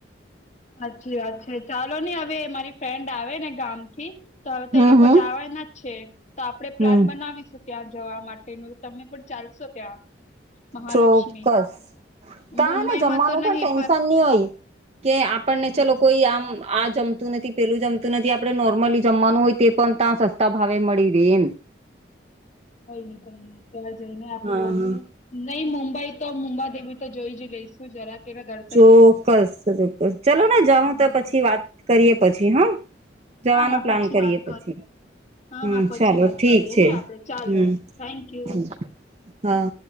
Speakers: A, on the left; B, on the right.
A: સાચી વાત છે ચાલો ને હવે મારી ફ્રેન્ડ આવે ને ગામથી તો હવે તે
B: હમ
A: લોકો
B: હમ
A: જવા ના જ છે તો આપણે પ્લાન
B: હમ
A: બનાવીશું. ત્યાં જવા માટેનું તમે પણ ચાલશો ત્યાં. મહાલક્ષ્મી
B: ચોક્કસ તા
A: મુંબઈમાં
B: હેને જમવાનું
A: તો નહી
B: પણ ટેન્શન ની હોય. કે આપણને
A: પણ
B: ચલો કોઈ આમ આ જમતું નથી પેલું જમતું નથી આપણે નોર્મલી જમવાનું હોય તે પણ તા સસ્તા ભાવે મળી રહે એમ.
A: કઈ નઈ કઈ નહી ત્યાં જઈને આપડે
B: હા
A: બધું
B: હા
A: નહી મુંબઈ તો મુુંબાદેવી તો જોઈ જ લઈશ. જરા કેરા દર
B: ચોક્કસ ચોક્કસ ચલો ને જાઉં
A: હા
B: તો પછી વાત કરીએ પછી હા. જવાનું
A: હા હા
B: પ્લાન
A: પછી
B: કરીએ
A: વાત
B: પછી
A: હા
B: હમ્મ
A: હા પછી
B: ચાલો
A: વાત
B: ઠીક
A: કરીએ
B: છે
A: ને આપડે ચાલો
B: હમ્મ
A: થેન્ક યુ.
B: હમ્મ હા.